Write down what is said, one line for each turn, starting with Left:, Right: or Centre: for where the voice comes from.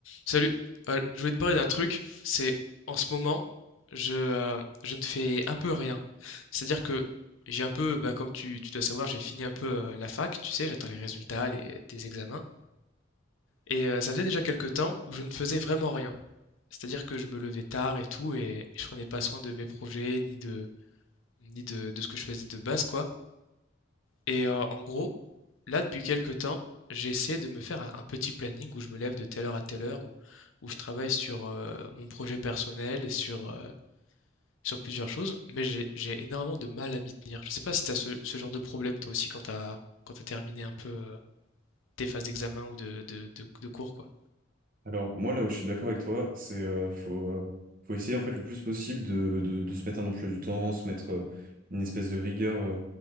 Left: Salut. Euh, je voulais te parler d'un truc. C'est en ce moment, je, euh, je ne fais un peu rien. C'est-à-dire que j'ai un peu, bah, comme tu, tu dois savoir, j'ai fini un peu euh, la fac, tu sais, j'attends les résultats, les, des examens. Et euh, ça faisait déjà quelques temps où je ne faisais vraiment rien. C'est-à-dire que je me levais tard et tout, et je prenais pas soin de mes projets, ni de, ni de, de ce que je faisais de base, quoi. Et heu, en gros, là, depuis quelque temps, j'ai essayé de me faire un un petit planning où je me lève de telle heure à telle heure, où où je travaille sur, heu, mon projet personnel et sur, heu, sur plusieurs choses, mais j'ai j'ai énormément de mal à m'y tenir. Je sais pas si tu as ce ce genre de problème toi aussi quand tu as quand tu terminé un peu, heu, tes phases d'examen ou de de de de cours, quoi?
Right: Alors, moi, là où je suis d'accord avec toi, c'est euh, faut, euh, faut essayer en fait le plus possible de, de- de se mettre un emploi du temps, se mettre euh, une espèce de rigueur euh,